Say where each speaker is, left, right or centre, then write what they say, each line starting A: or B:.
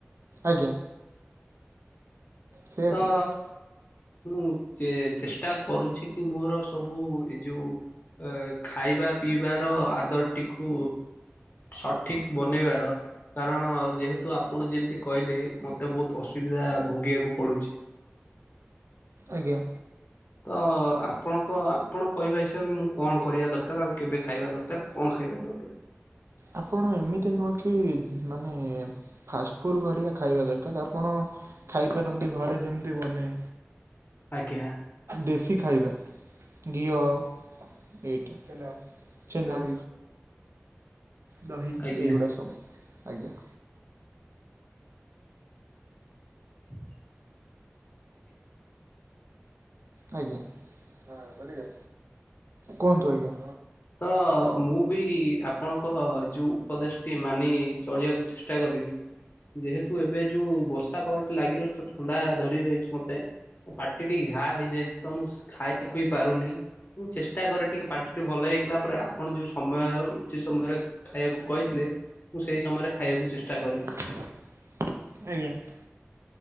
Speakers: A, on the right; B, on the left.
A: ଆଜ୍ଞା ସେଇଆ
B: ତ
A: କହୁଥିଲି
B: ମୁଁ ଚେ ଚେଷ୍ଟା କରୁଛି କି ମୋର ସବୁ ଏ ଯୋଉ ଏ ଖାଇବା ପିଇବାର ଆଦରଟିକୁ ସଠିକ୍ ବନେଇବାର। କାରଣ ଯେହେତୁ ଆପଣ ଯେମିତି କହିଲେ ମୋତେ ବହୁତ ଅସୁବିଧା ଭୋଗିବାକୁ ପଡ଼ୁଛି।
A: ଆଜ୍ଞା
B: ତ ଆପଣଙ୍କ ଆପଣ କହିବା ହିସାବରେ ମୁଁ କଣ କରିବା ଦରକାର ଆଉ କେବେ ଖାଇବା ଦରକାର କଣ ଖାଇବା ଦରକାର?
A: ଆପଣ ଏମିତି ନୁହେଁ କି ମାନେ ଫାଷ୍ଟଫୁଡ ଗଡିଆ ଖାଇବା ଦରକାର ଆପଣ ଖାଇପାରନ୍ତି ଘରେ ଯେମିତି ବନେଇ।
B: ଆଜ୍ଞା
A: ଦେଶୀ ଖାଇବା ଘିଅ ଏଇଟା ଛେନା ଛେନା। ଦହି
B: ଆଜ୍ଞା
A: ଏଗୁଡ଼ା ସବୁ ଆଜ୍ଞା।
B: ହୁ।
A: ଆଜ୍ଞା ଆଜ୍ଞା କୁହନ୍ତୁ ଆଜ୍ଞା?
B: ତ ମୁଁ ବି ଆପଣଙ୍କ ଯୋଉ ଉପଦେଶଟି ମାନି ଚଳିବାକୁ ଚେ ଚେଷ୍ଟା କରିବି। ଯେହେତୁ ଏବେ ଯୋଉ ବର୍ଷା ପାାଗଟି ଲାଗି ରହୁଛି ତ ଥଣ୍ଡା ଧରି ରହିଛି ମତେ। ପାଟି ଟିକେ ଘା ହେଇଯାଇଛି ତ ମୁଁ ଖାଇ ଖୁଇ ପାରୁନି। ଚେଷ୍ଟା କରେ ଟିକେ ପାଟିଟି ଭଲ ହେଇଗଲା ପରେ ଆପଣ ଯୋଉ ସମୟ ଉଚିତ ସମୟରେ ଖାଇବାକୁ କହିଥିଲେ। ମୁଁ ସେଇ ସମୟରେ ଖାଇବାକୁ ଚେଷ୍ଟା କରିବି।
A: ଆଜ୍ଞା